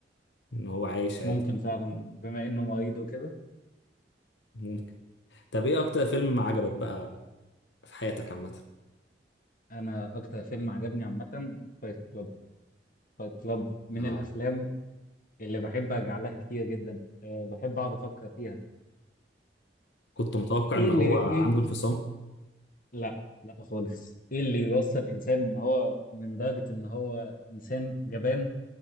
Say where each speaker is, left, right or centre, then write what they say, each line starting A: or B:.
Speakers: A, on the left; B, on the left.
A: ان هو عايش عادي
B: ممكن فعلا بما إنه مريض وكده
A: ممكن طب ايه اكتر فيلم عجبك بقى في حياتك عامة
B: أنا أكتر فيلم عجبني عامة فايت كلاب فايت كلاب من
A: اه
B: الأفلام اللي بحب أرجع لها كتير جدا أه بحب أقعد أفكر فيها
A: كنت متوقع
B: إيه
A: ان
B: اللي
A: هو عنده
B: إيه اللي...
A: انفصام
B: لا لا خالص إيه اللي يوصل الإنسان إن هو من درجة إن هو إنسان جبان